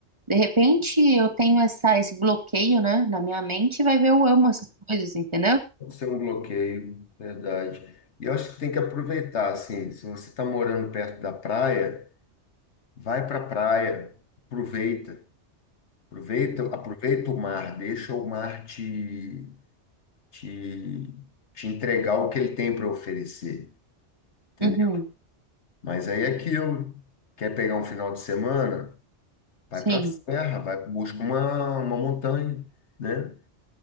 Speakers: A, on the right; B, on the left.
A: De repente, eu tenho essa, esse bloqueio, né, na minha mente, e vai ver eu amo essas coisas, entendeu?
B: Pode ser um bloqueio, verdade. E eu acho que tem que aproveitar, assim, se você está morando perto da praia, vai para a praia, aproveita. Aproveita, aproveita o mar, deixa o mar te, te, te entregar o que ele tem para oferecer, entendeu?
A: Uhum,
B: Mas aí é aquilo. Quer pegar um final de semana? Vai
A: sim,
B: para a serra, vai, busca uma, uma montanha, né?